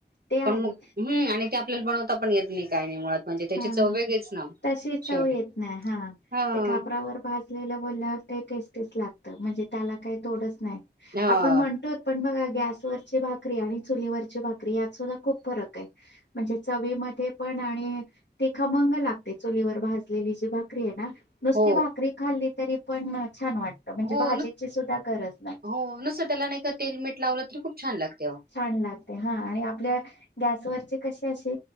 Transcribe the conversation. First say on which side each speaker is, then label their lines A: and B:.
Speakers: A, on the left (about 75°); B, on the right (about 60°).
A: ते आहे.
B: पण मग हम्म आणि ते आपल्याला बनवता पण येत नाही काय नाही मुळात म्हणजे त्याची
A: हा
B: चव वेगळीच ना
A: तसे चव
B: शेवटी
A: येत नाही हा.
B: हा
A: ते खापरावर भाजलेलं बोलल्यावर ते टेस्टीच लागत म्हणजे त्याला काय तोडच नाही
B: हां,
A: आपण म्हणतो पण मग गॅसवरची भाकरी आणि चुलीवरची भाकरी यात सुद्धा खूप फरक आहे म्हणजे चवीमध्ये पण आणि ते खमंग लागतेच. चूलीवर भाजलेली जी भाकरी आहे ना नुसती
B: हो,
A: भाकरी खाल्ली तरी पण छान वाटतं म्हणजे
B: हो
A: भाजीची सुद्धा गरज नाही.
B: हो नस त्याला नाही का तेल, मीठ लावलं. <inaudible> अहो.
A: छान लागते हा आणि आपल्या गॅसवर ती कशी अशी